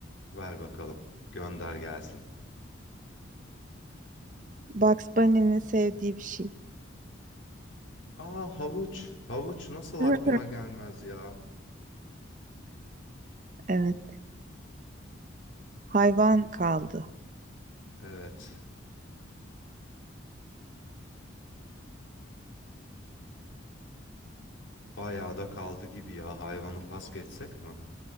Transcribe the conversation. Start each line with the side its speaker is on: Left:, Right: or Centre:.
Left: Ver bakalım. Gönder gelsin.
Right: Bugs Bunny'nin sevdiği bir şey.
Left: Aa havuç. Havuç nasıl
Right: <laughs>
Left: aklıma gelmez ya?
Right: Evet. Hayvan kaldı.
Left: Evet. Bayağı da kaldı gibi ya. Hayvanı pas geçsek mi?